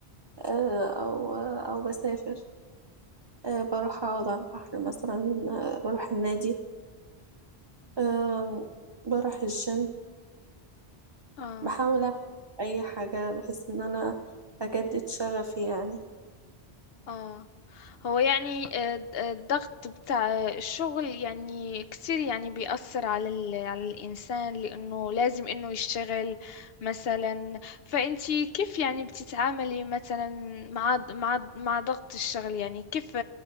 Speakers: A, on the right (about 30°); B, on the left (about 70°).
A: آه، او آه، او بسافر أه بروح أقعد على البحر مثلا أه بروح النادي أه بروح الجيم
B: اه
A: بحاول أعمل أي حاجة بحيث إن أنا أجدد شغفي يعني
B: اه هو يعني آه، آه، الضغط بتاع الشغل يعني كتير يعني بيأثر على ال... على الإنسان لأنه لازم إنه يشتغل مثلا فأنتي كيف يعني بتتعاملي مثلا مع مع مع ضغط الشغل يعني كيف